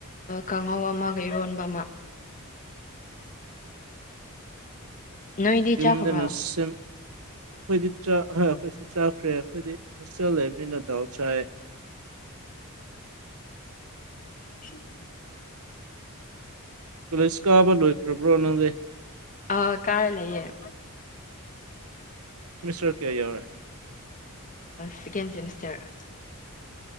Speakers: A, on the left; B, on the right.
A: ꯀꯥꯡꯍꯧ ꯑꯃꯒ ꯏꯔꯣꯟꯕ ꯑꯃ ꯅꯣꯏꯗꯤ
B: ꯌꯨꯝꯗ
A: ꯆꯥꯈ꯭ꯔꯕ꯭ꯔꯥ
B: ꯅꯔꯁꯝ ꯑꯩꯈꯣꯏꯗꯤꯥꯛ ꯍꯣꯏ ꯑꯩꯈꯣꯏꯁꯨ ꯆꯥꯈ꯭ꯔꯦ ꯑꯩꯈꯣꯏꯗꯤ ꯍꯣꯁꯇꯦꯜ ꯂꯩꯕꯅꯤꯅ ꯗꯥꯎ ꯆꯥꯏꯦ
A: ꯁꯤ
B: ꯄꯨꯂꯤꯁ ꯀꯥꯕ ꯂꯣꯏꯈ꯭ꯔꯕ꯭ꯔꯣ ꯅꯪꯗꯤꯦ
A: ꯑ ꯀꯥꯔ ꯂꯩꯌꯦꯦ
B: ꯁꯤꯃꯤꯁꯇꯔ ꯀꯌꯥ ꯌꯥꯎꯔꯦ
A: ꯁꯦꯀꯦꯟ ꯁꯦꯃꯤꯁꯇꯔ